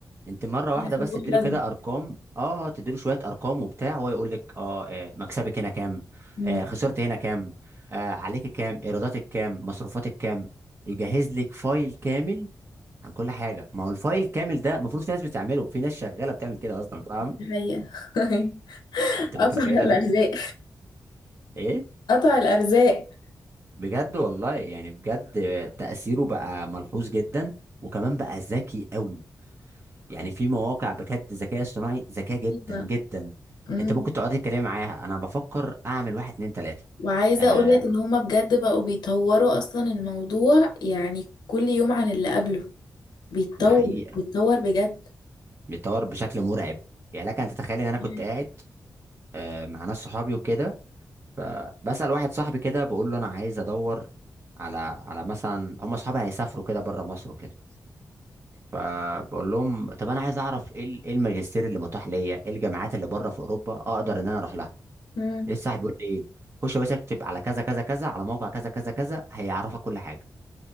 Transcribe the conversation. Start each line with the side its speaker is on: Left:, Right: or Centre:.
Right: انت مره
Left: لازم
Right: واحده بس تديله
Left: لازم
Right: كده ارقام اه تديله شويه ارقام وبتاع وهو يقول لك اه آه، مكسبك هنا كام
Left: مم.
Right: آه خسرت هنا كام آه عليك كام ايراداتك كام مصروفاتك كام يجهز لك فايل كامل عن كل حاجه ما هو الفايل كامل ده المفروض في ناس بتعمله في ناس شغاله بتعمل كده اصلا فاهم
Left: الحقيقة <laughs>
Right: انت متخيله
Left: قطع الارزاق
Right: ده ايه
Left: قطع الارزاق
Right: بجد والله يعني بجد آه، تاثيره بقى ملحوظ جدا وكمان بقى ذكي قوي يعني في مواقع بجد ذكاء اصطناعي ذكاء جدا
Left: أيوة.
Right: جدا
Left: مم.
Right: انت ممكن تقعد تتكلم معاها انا بفكر اعمل واحد اتنين تلاته
Left: وعايزة
Right: آه
Left: اقول لك ان هما بجد بقوا بيطوروا اصلا الموضوع يعني كل يوم عن اللي قبله بيتطور
Right: ده حقيقه
Left: بيتطور بجد
Right: بيتطور بشكل مرعب يعني لك ان تتخيل ان انا كنت
Left: <laughs>
Right: قاعد آه مع ناس صحابي وكده فبسال واحد صاحبي كده بقول له انا عايز ادور على على مثلا هم اصحابي هيسافروا كده بره مصر وكده فبقول لهم طب انا عايز اعرف ايه ال- ايه الماجستير اللي متاح ليا ايه الجامعات اللي بره في اوروبا اقدر ان انا اروح لها
Left: مم.
Right: لسه هيقول لي ايه خش يا باشا اكتب على كذا كذا كذا على موقع كذا كذا كذا هيعرفك كل حاجه